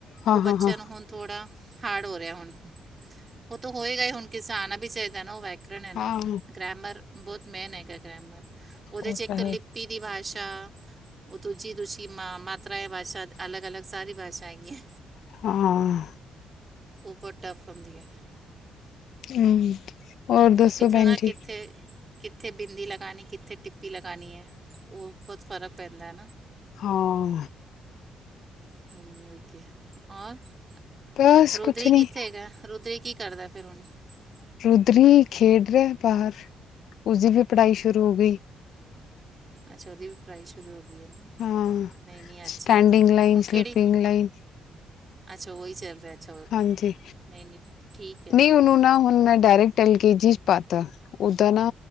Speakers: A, on the left; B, on the right.
A: ਹਾਂ
B: ਉਹ ਬੱਚਾ
A: ਹਾਂ
B: ਚਲ
A: ਹਾਂ
B: ਹੁਨ ਥੋੜਾ ਹਾਰਡ ਹੋ ਰਿਹਾ ਹੁਣ ਉਹ ਤਾਂ ਹੋਏਗਾ ਹੀ ਹੁਣ ਕਿਸੇ ਆਣਾ ਵੀ ਚਾਹੀਦਾ <unintelligible>
A: ਹਾਂ
B: <unintelligible> ਬਹੁਤ ਮੇਨ ਹੈ। ਕਰ ਗਰਾਮਰ ਉਹਦੇ
A: ਉਹ
B: ਚ ਇੱਕ
A: ਤਾਂ ਹੈ
B: ਲਿਪੀ ਦੀ ਵਾਜ ਹਾ ਦੂਜੀ ਤੂਸੀ ਮਾ ਮਤ ਪਰਾਏ ਵਾਚਕ ਅਲਗ ਅਲਗ ਸਾਰੀ ਭਾਸ਼ਾ ਚਾਹੀਏ
A: ਹਾਂ
B: ਉਪਰੋ ਟਪ ਆਂਦੀ ਹੈ।
A: ਹੂ ਹੋਰ ਦੱਸੋ
B: ਉਹ ਕਿੱਥੇ
A: ਭੈਨਜੀ
B: ਨਾ ਕਿੱਥੇ ਕਿੱਥੇ ਬਿੰਦੀ ਲਗਾਉਣੀ ਕਿੱਥੇ ਟੀ ਲਗਾਉਣੀ ਹੇ ਉਹ ਬਹੁਤ ਫ਼ਰਕ ਪੈਂਦਾ ਹੈ।
A: ਹਾਂ
B: <unintelligible>
A: ਬਸ
B: ਰੁਦਰੀ
A: ਕੁਛ ਨੀ
B: ਕਿੱਥੇ ਹੈਗਾ ਰੁਦਰੀ ਕੀ ਕਰਦਾ <unintelligible>
A: ਰੁਦਰੀ ਖੇਡ ਰਿਹਾ ਬਾਹਰ ਉਸਦੀ ਵੀ ਪੜ੍ਹਾਈ ਸ਼ੁਰੂ ਹੋ ਗਈ।
B: ਅੱਛਾ ਉਹਦੀ ਵੀ ਪ੍ਰਾਈ ਸ਼ੁਰੂ ਹੋ ਗਈ। ਹੈ ਨਾ
A: ਹਾਂ
B: ਨਹੀਂ ਨਹੀਂ ਅੱਛਾ
A: ਸਟੈਂਡੀਿੰਗ
B: ਹੈ ਨਾ
A: ਲਾਈਨ
B: ਹੁਣ ਕਿਹੜੀ
A: ਸਲੀਪਿੰਗ ਲਾਈਨ
B: ਅੱਛਾ ਉਹੀ ਚੱਲ ਰਿਹਾ ਅੱਛਾ ਉਹ-
A: ਹਾਂਜੀ
B: ਨਹੀਂ ਨਹੀਂ ਠੀਕ ਹੈ
A: ਨਹੀ ਉਹਨੂੰ
B: ਫਿਰ
A: ਨਾ ਹੁਣ ਮੈਂ ਡਾਇਰੈਕਟ ਐਲਕੇ ਜੀ ਪਾਤਾ ਓਦਾ ਨਾ